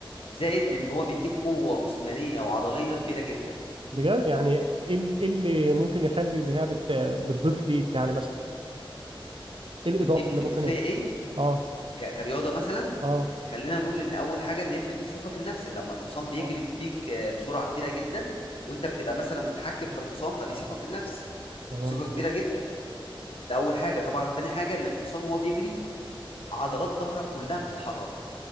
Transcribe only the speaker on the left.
زائد ان هو بيديك قوه جسمانيه وعضليه كبيره جدا
بتضيف
بتضيف
ليا ايه
ك- كرياضه مثلا
خلينا نقول ان اول حاجه ان هي بتديك ثقه في النفس لما الحصان بيجري
بيك آه، بسرعه كبيره جدا وانت بتبقى مثلا متحكم في الحصان فدي ثقه في النفس
ثقه
كبيره جدا ده اول حاجه طبعا تاني حاجه ان الحصان وهو بيجري عضلات ظهرك كلها بتتحرك